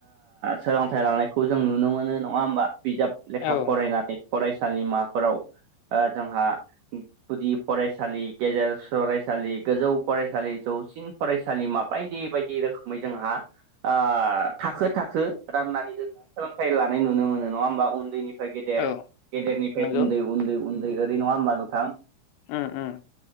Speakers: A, on the right; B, on the left.
A: सोलोंथाइ लानायखौ जों नुनो मोनो नङा होमबा बिजाब लेखा
B: औ
A: फरायनानै। फरायसालिमाफोराव ओ जोंहा गुदि फरायसालि गेजेर फरायसालि गोजौ फरायसालि जौसिन फरायसालिमा बायदि बायदि रोखोमै जोंहा। ओ थाखो थाखो राननानै जोङो सोलोंथाइ लानाय नुनो मोनो नङा होमबा उन्दैनि गेदेर
B: औ
A: गेदेरनिफ्राय
B: नंगौ
A: उन्दै उन्दै उन्दै ओरै नङा होमबा नोंथां
B: उम उम